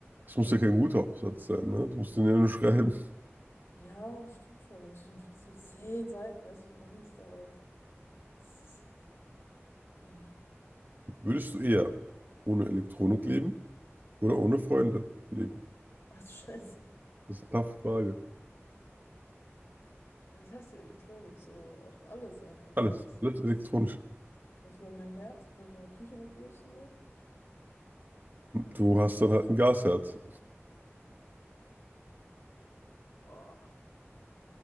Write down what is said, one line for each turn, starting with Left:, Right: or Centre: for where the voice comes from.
Right: es muss ja kein guter
Left: da.
Right: Aufsatz sein, ne? Du musst den ja nur schreiben.
Left: Ja, das stimmt schon, aber es sind trotzdem 10 Seiten. Weißt du, wie lange es dauert? Das ist, nee.
Right: Würdest du eher ohne Elektronik leben oder ohne Freunde leben?
Left: Ach, du Scheiße.
Right: Das ist eine taffe Frage.
Left: Aber Was heißt denn Elektronik? So, auch alles einfach,
Right: Alles,
Left: oder was?
Right: alles elektronisch.
Left: Was mit meinem Herd? Kann ich meine Küche noch benutzen,
Right: Du hast dann halt ein Gasherd.
Left: Boah,